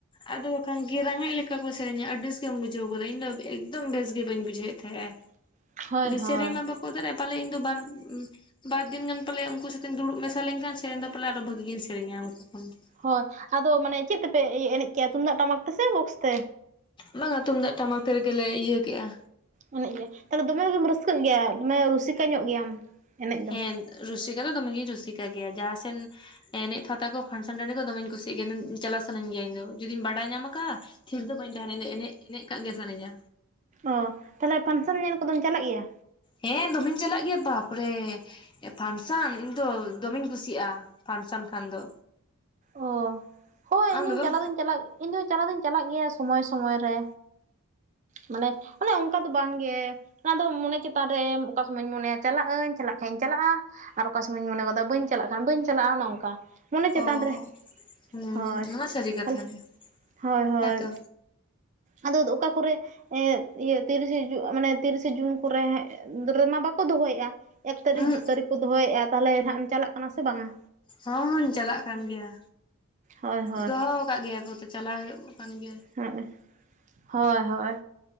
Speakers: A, on the left; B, on the right.
A: ᱟᱫᱚ ᱵᱟᱠᱷᱟᱱ ᱜᱮᱨᱟᱝᱮᱜ ᱞᱮᱠᱟ ᱠᱚ ᱥᱮᱨᱮᱧ ᱟ ᱟᱹᱰᱤᱥ ᱜᱮᱢ ᱵᱩᱡᱷᱟᱹᱣ ᱜᱚᱫᱟ ᱤᱧ ᱫᱚ ᱮᱠᱫᱚᱢ ᱵᱮᱥ ᱜᱮ ᱵᱟᱹᱧ ᱵᱩᱡᱷᱟᱹᱣᱮᱫ ᱛᱟᱦᱮᱸᱜᱼᱟ
B: <inaudible>
A: ᱾
B: ᱦᱳᱭ
A: ᱥᱮᱨᱮᱧ ᱢᱟ ᱵᱟᱠᱚ ᱫᱟᱲᱮᱭᱟᱜ-ᱟ ᱯᱟᱞᱮ ᱤᱧ ᱫᱚ ᱵᱟᱨ ᱵᱟᱨ ᱫᱤᱱ ᱜᱟᱱ ᱯᱟᱞᱮ ᱩᱱᱠᱩ ᱥᱟᱛᱮ ᱫᱩᱲᱩᱵ ᱢᱮᱥᱟ ᱞᱮᱱᱠᱷᱟᱱ ᱥᱮ ᱫᱚ ᱯᱟᱞᱮ ᱟᱨᱚ ᱵᱷᱟᱜᱤ ᱜᱮᱢ ᱥᱮᱨᱮᱧᱟ ᱩᱱᱠᱩ ᱠᱷᱚᱱ ᱫᱚ ᱾
B: ᱦᱳᱭ ᱟᱫᱚ ᱢᱟᱱᱮ ᱪᱮᱫ ᱛᱮᱯᱮ ᱮᱱᱮᱡ ᱠᱮᱭᱟ ᱛᱩᱢᱫᱟᱜ ᱴᱟᱢᱟᱠ ᱛᱮ ᱥᱮ ᱵᱚᱠᱥ ᱛᱮ?
A: ᱵᱟᱝᱟ ᱛᱩᱢᱫᱟᱜ ᱴᱟᱢᱟᱠ ᱛᱮᱜᱮᱞᱮ ᱤᱭᱟᱹ ᱠᱮᱜ-ᱟ᱾
B: ᱮᱱᱮ ᱜᱮᱭᱟ ᱛᱟᱦᱞᱮ ᱫᱚᱢᱮ ᱜᱮᱢ ᱨᱟᱹᱥᱠᱟᱹᱜ ᱜᱮᱭᱟ ᱫᱚᱢᱮ ᱨᱩᱥᱤᱠᱟ ᱧᱚᱜᱚᱜ ᱜᱮᱭᱟᱢ? ᱮᱱᱮᱡ ᱫᱚ
A: ᱦᱮᱸ ᱨᱩᱥᱤᱠᱟ ᱫᱚ ᱫᱚᱢᱮᱜᱤ ᱨᱩᱥᱤᱠᱟ ᱜᱮᱭᱟ ᱡᱟᱦᱟᱸ ᱥᱮᱱ ᱮᱱᱮᱡ ᱯᱷᱟᱛᱟ ᱠᱚ ᱯᱷᱟᱱᱥᱮᱱ ᱴᱟᱸᱹᱰᱤ ᱠᱚ ᱫᱚᱢᱮᱧ ᱠᱩᱥᱤᱭᱟᱜ ᱜᱮᱭᱟ ᱪᱟᱞᱟᱜ ᱥᱟᱱᱟᱧ ᱜᱮᱭᱟ ᱤᱧ ᱫᱚ ᱡᱩᱫᱤᱧ ᱵᱟᱰᱟᱭ ᱧᱟᱢ ᱟᱠᱟᱜᱼᱟ ᱛᱷᱤᱨ ᱫᱚ ᱵᱟᱹᱧ ᱛᱟᱦᱮᱱᱟ ᱮᱱᱮᱡ ᱮᱱᱮᱡ ᱠᱟᱜ ᱜᱮ ᱥᱟᱱᱟᱧᱟ
B: ᱚ ᱛᱟᱦᱚᱞᱮ ᱯᱷᱟᱱᱥᱮᱱ ᱧᱮᱞ ᱠᱚᱫᱚᱢ ᱪᱟᱞᱟᱜ ᱜᱮᱭᱟ
A: ᱦᱮᱸ ᱫᱚᱢᱮᱧ ᱪᱟᱞᱟᱜ ᱜᱮᱭᱟ ᱛᱟᱯᱚᱨᱮ ᱯᱷᱟᱱᱥᱳᱱ ᱤᱧ ᱫᱚ ᱫᱚᱢᱮᱧ ᱠᱩᱥᱤᱭᱟᱜᱼᱟ ᱯᱷᱟᱱᱥᱳᱱ ᱠᱷᱟᱱ ᱫᱚ
B: ᱚ ᱦᱳᱭ
A: ᱟᱢ
B: ᱤᱧ
A: ᱫᱚ
B: ᱦᱚᱸ
A: ᱵᱟᱢ
B: ᱪᱟᱞᱟᱣ ᱫᱩᱧ ᱪᱟᱞᱟᱜ ᱤᱧ ᱪᱟᱞᱟᱣ ᱫᱩᱧ ᱪᱟᱞᱟᱜ ᱜᱮᱭᱟ ᱥᱚᱢᱚᱭ ᱥᱚᱢᱚᱭ ᱨᱮ ᱢᱟᱱᱮ ᱚᱱᱮ ᱚᱱᱠᱟ ᱫᱚ ᱵᱟᱝᱜᱮ ᱚᱱᱟᱫᱚ ᱢᱚᱱᱮ ᱪᱮᱛᱟᱱ ᱨᱮ ᱚᱠᱟ ᱥᱚᱢᱚᱭᱚᱧ ᱢᱚᱱᱮᱭᱟ ᱪᱟᱞᱟᱜ ᱟᱹᱧ ᱪᱟᱞᱟᱜ ᱠᱷᱟᱱ ᱤᱧ ᱪᱟᱞᱟᱜᱼᱟ ᱟᱨ ᱚᱠᱟ ᱥᱚᱢᱚᱭ ᱤᱧ ᱢᱚᱱᱮ ᱜᱚᱫᱟ ᱵᱟᱹᱧ ᱪᱟᱞᱟᱜ ᱠᱷᱟᱱ ᱵᱟᱹᱧ ᱪᱟᱞᱟᱜᱼᱟ ᱚᱱᱮ ᱚᱱᱠᱟ ᱢᱚᱱᱮ ᱪᱮᱛᱟᱱ
A: ᱚ
B: ᱨᱮ
A: ᱦᱩᱸ
B: ᱦᱳᱭ
A: ᱱᱚᱣᱟ ᱥᱟᱹᱨᱤ ᱠᱟᱛᱷᱟ
B: ᱛᱟᱦᱞᱮ
A: ᱜᱮ
B: ᱦᱳᱭ ᱦᱳᱭ
A: ᱦᱮᱸᱛᱚ
B: ᱟᱫᱚ ᱚᱠᱟ ᱠᱚᱨᱮ ᱮᱫ ᱤᱭᱟᱹ ᱛᱤᱨᱤᱥᱟ ᱢᱟᱱᱮ ᱛᱤᱨᱤᱥᱟ ᱡᱩᱱ ᱠᱚᱨᱮ ᱨᱮᱢᱟ ᱵᱟᱠᱚ ᱫᱚᱦᱚᱭᱮᱜ-ᱟ ᱮᱠ ᱛᱟᱹᱨᱤᱠᱷ
A: ᱩᱸ
B: ᱫᱩ ᱛᱟᱹᱨᱤᱠᱷ ᱠᱚ ᱫᱚᱦᱚᱭᱮᱜᱟ ᱛᱟᱦᱚᱞᱮ ᱱᱟᱦᱟᱜ ᱮᱢ ᱪᱟᱞᱟᱜ ᱠᱟᱱᱟ ᱥᱮ ᱵᱟᱝ ᱟ?
A: ᱦᱚ ᱦᱚᱸᱧ ᱪᱟᱞᱟᱜ ᱠᱟᱱ ᱜᱮᱭᱟ
B: ᱦᱳᱭ ᱦᱳᱭ
A: ᱫᱚᱦᱚ ᱟᱠᱟᱫ ᱜᱮᱭᱟ ᱠᱚ ᱪᱟᱞᱟᱣ ᱦᱩᱭᱩᱜ ᱠᱟᱱ ᱜᱮᱭᱟᱭ
B: ᱦᱮᱸ ᱦᱚᱭ ᱦᱚᱭ